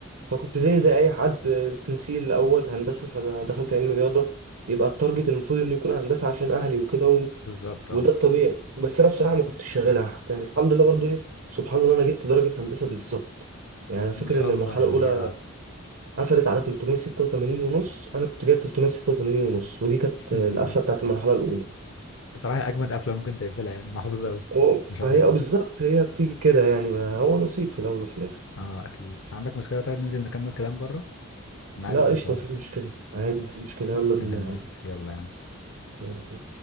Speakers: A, on the right; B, on the left.
A: فكنت زي زي اي حد آه، تنسيق الاول هندسه فانا دخلت علم رياضه يبقى التارجت المفروض انه يكون هندسه عشان اهلي وكده
B: بالظبط
A: وده
B: اه
A: الطبيعي بس انا بصراحه ما كنتش شاغلها يعني الحمد لله برضو ايه سبحان الله انا جبت درجه هندسه بالظبط يعني انا فاكر
B: ما شاء
A: ان المرحله
B: الله يعني
A: الاولى قفلت على 386 ونص انا كنت جايب 386 ونص ودي كانت
B: هي
A: القفله
B: <laughs>
A: بتاعت المرحله الاولى
B: بصراحة أجمد أفلام ممكن تقفلها يعني محظوظ أوي
A: هو- فهي
B: ما شاء الله
A: اه بالظبط هي بتيجي كده يعني ما هو نصيب في الاول وفي الاخر
B: أه أكيد عندك مشكلة طيب ننزل نكمل كلام بره أنا
A: لا
B: عايز أنزل
A: قشطه
B: شوية
A: مفيش مشكله عادي مفيش مشكله يلا بينا
B: تمام
A: يا عم
B: قشطة يلا يا عم
A: يلا.